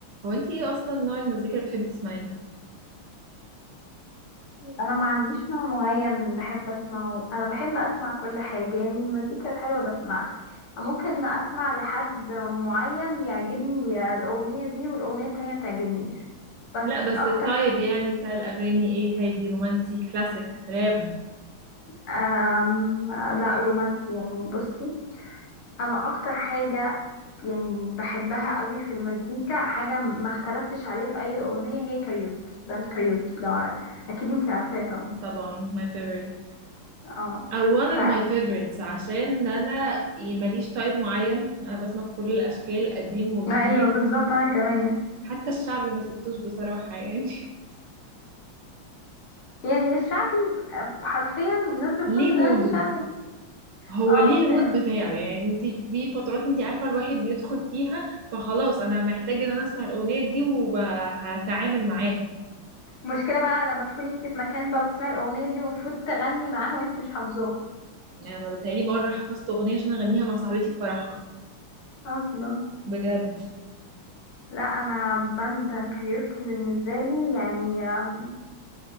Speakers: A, on the right; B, on the left.
A: هو انتي ايه اصلا نوع المزيكا اللي بتحبي تسمعيه
B: انا ما عنديش نوع معين بحب اسمعه انا بحب اسمع كل حاجه يعني المزيكا الحلوه بسمعها ممكن اسمع لحد معين يعجبني الاغنيه دي والاغنيه التانية ما تعجبنيش بس
A: لا بس
B: اكتر
A: التايب
B: حاجه
A: يعني بتاع الاغاني ايه هادي رومانسي كلاسيك راب
B: أم... لا رومانسي يعني بصي انا اكتر حاجه يعني بحبها قوي في المزيكا حاجه ما اختلفتش عليها في اي اغنيه هي كاريوكي باند كاريوكي لو ع- اكيد انتي عارفاه طبعا
A: طبعا my favorite
B: اه
A: او one
B: ف
A: of my favorites عشان انا ماليش تايب معين انا بسمع في كل الاشكال قديم وجديد
B: ايوه بالظبط انا كمان
A: حتى الشعبي ما سبتوش بصراحة يعني <laughs>
B: يعني الشعبي بقى- حرفيا الناس بتكون
A: ليه موده
B: بتغني شعبي
A: هو
B: اه
A: ليه
B: في
A: المود بتاعه يعني انت في فترات انت عارفة الواحد بيدخل فيها فخلاص انا محتاج ان انا اسمع الاغنية دي وهتعامل معاها
B: مشكلة بقى لما تكوني انتي في مكان بقى بتسمعي الأغنية دي المفروض تغني معاها وانتي مش حافظاها
A: يعني انا بتهيألي مرة حفظت اغنية عشان اغنيها مع صاحبتي في فرحها
B: اصلا
A: بجد
B: لا انا باند كاريوكي بالنسبة لي يعني آم،